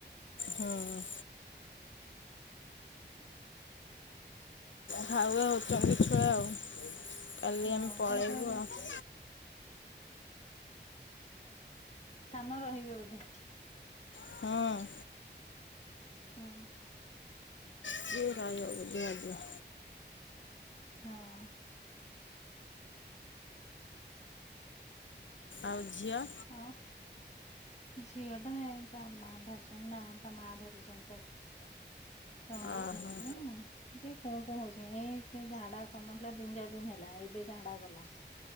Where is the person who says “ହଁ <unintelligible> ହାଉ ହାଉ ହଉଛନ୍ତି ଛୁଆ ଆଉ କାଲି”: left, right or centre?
Left